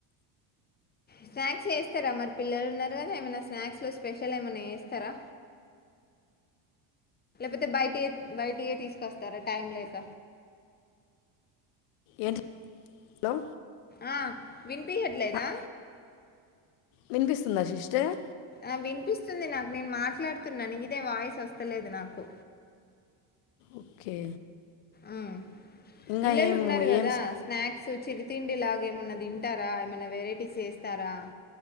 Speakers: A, on the left (about 20°); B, on the left (about 80°).
A: స్నాక్స్ చేస్తారా మరి పిల్లలు ఉన్నారు కదా ఏమైనా స్నాక్స్ లో స్పెషల్ ఏమైనా చేస్తారా
B: అ
A: లేకపోతే బయటి బయటియ తీసుకొస్తారా టైమ్ లేక
B: ఏంటి హలో
A: ఆ వినిపియట్లేదా
B: ఆ, వినిపిస్తుందా సిస్టర్
A: ఆ వినిపిస్తుంది నాకు నేను మాట్లాడుతున్నాను ఇదే వాయిస్ వస్తలేదు నాకు
B: ఓకే
A: ఆ
B: ఇంకా
A: పిల్లలు
B: ఏం
A: ఉన్నారు కదా
B: ఏం
A: స్నాక్స్ చిరి తిండి లాగ ఏమన్నా తింటారా ఏమన్నా వెరైటీస్ చేస్తారా